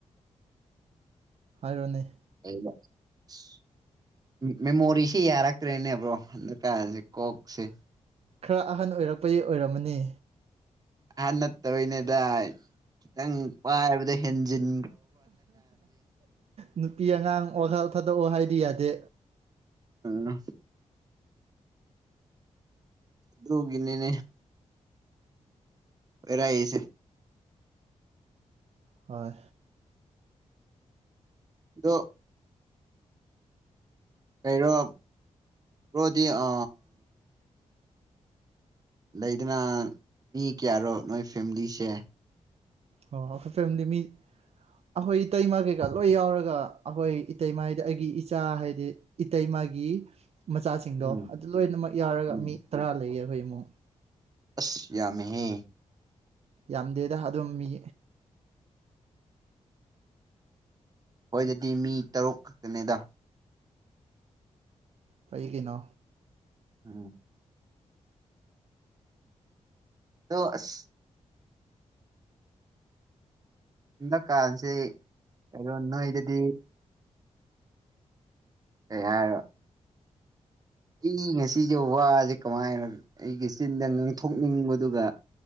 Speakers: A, on the right; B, on the right.
A: ꯍꯥꯏꯔꯣꯅꯦ
B: <inaudible> ꯃꯦꯃꯣꯔꯤꯁꯤ ꯌꯥꯔꯛꯇ꯭ꯔꯦꯅꯦꯕ꯭ꯔꯣ ꯍꯟꯗꯛꯀꯁꯦ ꯀꯣꯛꯁꯦ
A: ꯈꯔ ꯑꯍꯟ ꯑꯣꯏꯔꯛꯄꯩ ꯑꯣꯏꯔꯝꯃꯅꯤ
B: ꯑꯍꯟ ꯅꯠꯇꯧꯔꯤꯅꯦꯗ ꯈꯤꯇꯪ ꯄꯥꯏꯕꯗ ꯍꯦꯟꯖꯤꯟ
A: ꯅꯨꯄꯤ ꯑꯉꯥꯡ ꯋꯥꯈ ꯊꯥꯗꯣꯛꯑꯣ ꯍꯥꯏꯗꯤ ꯌꯥꯗꯦ
B: ꯑꯅ ꯂ ꯏꯅꯦꯅꯦ ꯔꯑꯁꯦ
A: ꯍꯣꯏ
B: ꯗꯣ ꯀꯔꯣ ꯄꯣꯗꯤ ꯑ ꯂꯩꯗꯅ ꯃꯤ ꯀꯌꯥꯔꯣ ꯅꯣꯏ ꯐꯦꯃꯤꯂꯤꯁꯦ
A: ꯑꯣ ꯑꯩꯈꯣꯏ ꯐꯦꯃꯤꯂꯤ ꯃꯤ ꯑ ꯍꯣꯏ ꯏ ꯇꯏ ꯃꯥꯒꯦꯒꯗ ꯂꯣꯏ ꯌꯥꯎꯔꯒ ꯑꯩꯈꯣꯏ ꯏꯇꯩꯃꯥꯏꯗꯤ ꯑꯩꯒꯤ ꯏꯆꯥ ꯍꯥꯏꯗꯤ ꯏꯇꯩꯃꯒꯤ ꯃꯆꯥꯁꯤꯡꯗꯣ
B: ꯎꯝ
A: ꯑꯗꯨ ꯂꯣꯏꯅꯃꯛ ꯌꯥꯎꯔꯒ
B: ꯎꯝ
A: ꯃꯤ ꯇꯔꯥ ꯂꯩꯌꯦꯦ ꯑꯩꯈꯣꯏ ꯏꯃꯨꯡꯛ
B: ꯑꯁ ꯌꯥꯃꯍꯍꯤ
A: ꯌꯥꯝꯗꯦꯗ ꯑꯗꯨꯝ ꯃꯤ
B: ꯍꯣꯏꯗꯗꯤ ꯃꯤ ꯇꯔꯨꯛ ꯈꯛꯇꯅꯦꯗ
A: ꯐꯩ ꯀꯩꯅꯣ
B: ꯎꯝ ꯗꯁ ꯍꯟꯗꯛꯀꯥꯟꯁꯦ ꯀꯗꯣ ꯅꯣꯏꯗꯗꯤ ꯑꯦ ꯌꯥꯔ ꯑꯩ ꯉꯁꯤꯁꯦ ꯋꯥꯁꯦ ꯀꯃꯥꯏꯅ ꯑꯩꯒꯤ ꯆꯤꯟꯗ ꯉꯥꯡꯊꯣꯛꯅꯤꯡꯕꯗꯨꯒ